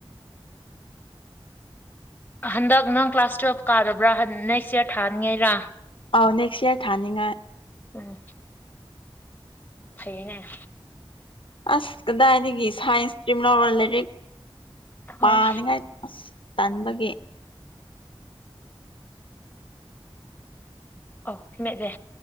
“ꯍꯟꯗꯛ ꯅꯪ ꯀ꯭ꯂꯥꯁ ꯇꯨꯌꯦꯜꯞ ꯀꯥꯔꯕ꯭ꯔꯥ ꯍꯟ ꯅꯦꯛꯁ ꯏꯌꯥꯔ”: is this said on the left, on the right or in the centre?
Left